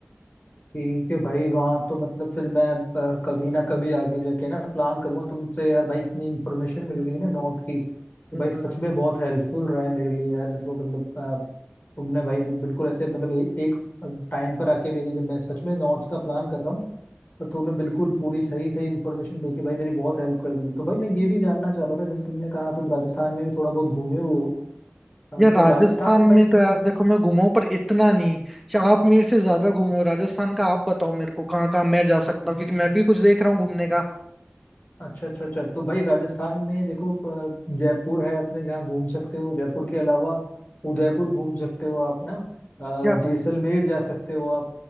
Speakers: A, on the left (about 50°); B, in the centre.
A: ठीक है भाई वहाँ तो मतलब फिर मैं अ, कभी ना कभी आगे जाके ना प्लान करूंगा तुमसे यार भाई इतनी इन्फॉर्मेशन मिल गई ना नॉर्थ की कि
B: हम्म।
A: भाई सच में बहुत हेल्पफुल रहा है मेरे लिए यार मेरे को मतलब अ, तुमने भाई बिल- बिल्कुल ऐसे मतलब ए, एक टाइम पर आके मेरी जब मैं सच में नॉर्थ का प्लान कर रहा हूँ तो तुमने बिल्कुल पूरी सही सही इन्फॉर्मेशन दे के भाई मेरी बहुत हेल्प कर दी तो भाई मैं ये भी जानना चाह रहा था जैसे तुमने कहा तुम राजस्थान में भी थोड़ा बहुत घूमे हुए हो अ,
B: यार
A: तो
B: राजस्थान
A: राजस्थान में भाई
B: में तो यार देखो मैं घुमा हूं पर इतना नहीं श- आप मेरे से ज्यादा घुमे हो राजस्थान का आप बताओ मेरे को कहाँ कहाँ मैं जा सकता हूँ क्योंकि मैं भी कुछ देख रहा हूँ घूमने का
A: अच्छा अच्छा अच्छा तो भाई राजस्थान में देखो अ, जयपुर है अपने जहाँ घूम सकते हो जयपुर के अलावा उदयपुर घूम सकते हो आप ना अ,
B: यार
A: जैसलमेर जा सकते हो आप